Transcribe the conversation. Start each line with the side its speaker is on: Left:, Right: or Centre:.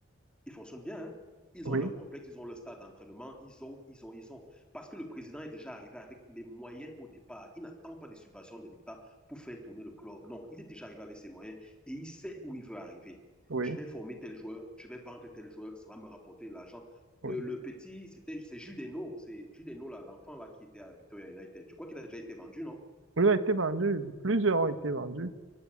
Centre: Ils fonctionnent bien, hein? Ils
Right: oui,
Centre: ont leur complexe, ils ont leur stade d'entraînement, ils ont, ils ont, ils ont. Parce que le président est déjà arrivé avec les moyens au départ. Il n'attend pas des subventions de l'État pour faire tourner le club. Non, il est déjà arrivé avec ses moyens et il sait où il veut arriver.
Right: oui,
Centre: Je vais former tel joueur, je vais vendre tel joueur, ça va me rapporter de l'argent.
Right: oui.
Centre: Le, le, petit, c'était, c'est Judeno, c'est Judeno, l'enfant là, là, qui était à Victoria United. Je crois qu'il a déjà été vendu, non?
Right: Oui, a été vendu. Plusieurs ont été vendus.